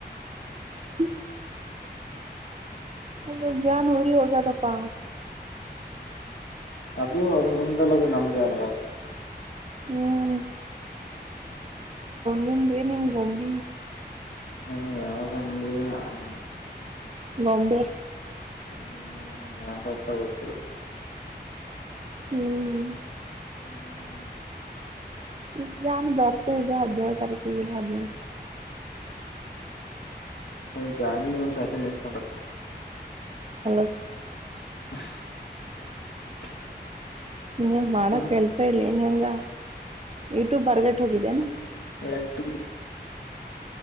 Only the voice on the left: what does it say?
ಅದು ಅದು ನಿಮ್ದಲ್ಲದು ನಮ್ ಜ ಅನ
ಹ್ಮ ಯ
ಹ್ಮ್ ಯಾರುಪ್ಪ ಗೊತ್ತಿಲ್ಲ
ಹ್ಮ್
ಹ್ಮ ಜಾನಿ ಸೊಂಡಲ್ಲ
<unintelligible>
ಹ್ಮ್
ಎಟು